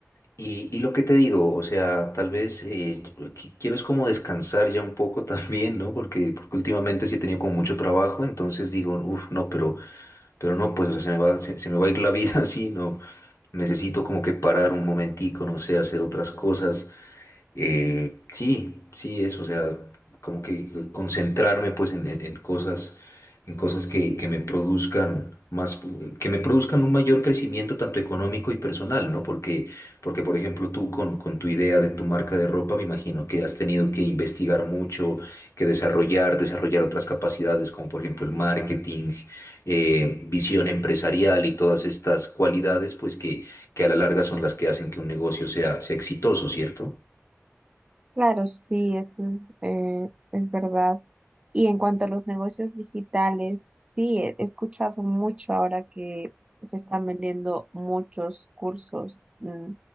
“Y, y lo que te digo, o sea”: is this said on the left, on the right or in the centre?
Left